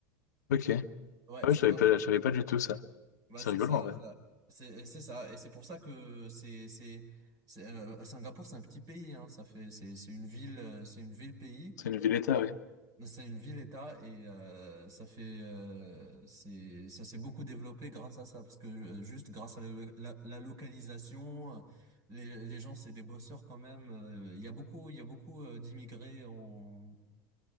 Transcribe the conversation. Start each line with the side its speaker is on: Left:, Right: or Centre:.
Left: Ok. Ah
Right: Ouais,
Left: Ouais,
Right: c'est
Left: je savais
Right: vraiment
Left: pas, je savais pas du tout ça.
Right: bah
Left: C'est
Right: c'est
Left: rigolo
Right: ça,
Left: en vrai.
Right: bah, c'est c'est ça et c'est pour ça que c'est c'est c'est, euh, Singapour, c'est un petit pays hein, ça fait c'est c'est une ville euh, c'est une ville-pays
Left: C'est une ville-État,
Right: et-
Left: ouais.
Right: ben, C'est une ville-État et euh, ça fait euh, c'est ça s'est beaucoup développé grâce à ça parce que euh, juste grâce à le- la, la localisation euh, les, les gens c'est des bosseurs quand même euh, il y a beaucoup il y a beaucoup euh, d'immigrés en,